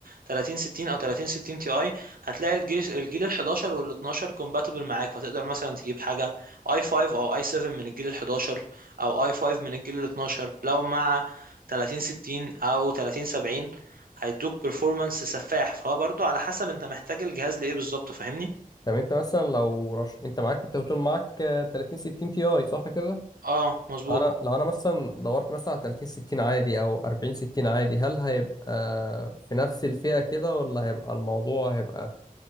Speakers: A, on the right (about 75°); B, on the left (about 25°).
A: 30 60 او 30 60 تي اي هتلاقي الجيل الجيل ال 11 وال 12 كومباتبل معاك فتقدر مثلا تجيب حاجه اي 5 او اي 7 من الجيل ال 11 او اي 5 من الجيل ال 12 لو مع 30 60 او 30 70 هيدوك performance سفاح فهو برضو على حسب انت محتاج الجهاز لايه بالظبط فاهمني
B: طب انت مثلا لو رش... انت معاك انت بتقول معاك آه، 30 60 تي اي صح كده
A: اه مظبوط
B: انا لو انا مثلا دورت مثلا على 30 60 عادي او 40 60 عادي هل هيبقى في نفس الفئة كده ولا هيبقى الموضوع هيبقى